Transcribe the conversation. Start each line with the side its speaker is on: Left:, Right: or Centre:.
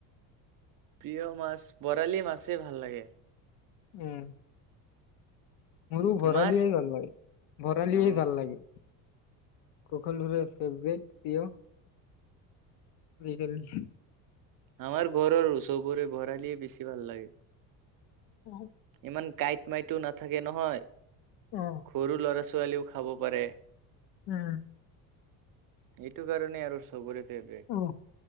Right: প্ৰিয় মাছ বৰালি মাছে ভাল লাগে।
Left: উম। মোৰো
Right: তোমাৰ?
Left: বৰালিয়ে ভাল লাগে, বৰালিয়ে
Right: অ'।
Left: ভাল লাগে। সকলোৰে ফেভাৰিট প্ৰিয়। ৰিভেল
Right: আমাৰ ঘৰৰ চবৰে বৰালিয়ে বেছি ভাল লাগে।
Left: <unintelligible>
Right: ইমান কাঁইট, মাইটো নাথাকে নহয়?
Left: অ
Right: সৰু ল'ৰা ছোৱালীয়েও খাব পাৰে।
Left: উম।
Right: সেইটো কাৰণে আৰু চবৰে। ফেভৰেট
Left: অহ।